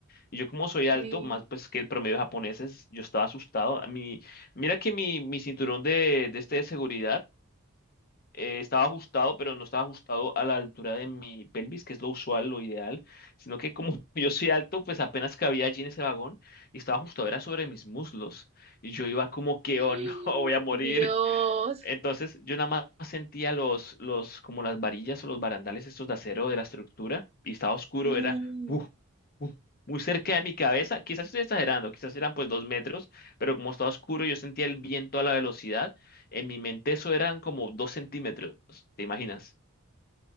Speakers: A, on the left; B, on the right.
A: Y yo, como soy alto,
B: Sí.
A: más pues que el promedio de japoneses, yo estaba asustado. A mí, mira que mi, mi cinturón de, de este de seguridad eh, estaba ajustado, pero no estaba ajustado a la altura de mi pelvis, que es lo usual, lo ideal, sino que como <laughs> yo soy alto, pues apenas cabía allí en ese vagón y estaba ajustado, era sobre mis muslos. Y yo iba como que,
B: <gasps>
A: oh no, <laughs> voy a morir.
B: Dios.
A: Entonces yo nada más sentía los, los, como las varillas o los barandales estos de acero de la estructura y estaba oscuro,
B: Sí.
A: era uf, uf, muy cerca de mi cabeza. Quizás estoy exagerando, quizás eran pues dos metros, pero como estaba oscuro yo sentía el viento a la velocidad. En mi mente eso eran como dos centímetros, ¿te imaginas?